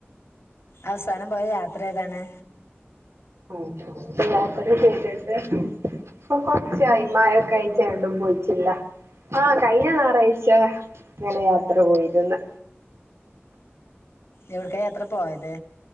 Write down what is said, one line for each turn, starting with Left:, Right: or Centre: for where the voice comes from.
Left: അവസാനം പോയ യാത്ര ഏതാണ്
Right: ഉം ഉം ഇപ്പം യാത്ര ചെയ്തിട്ട് ഇപ്പം കൊറച്ചായി മഴയൊക്കെ ആയിറ്റ് എങ്ങടും പോയിറ്റില്ല ആഹ് കഴിഞ്ഞ ഞായറാഴ്ച ഇങ്ങനെ യാത്ര പോയിര്ന്ന്
Left: എവിട്ക്കാ യാത്ര പോയത്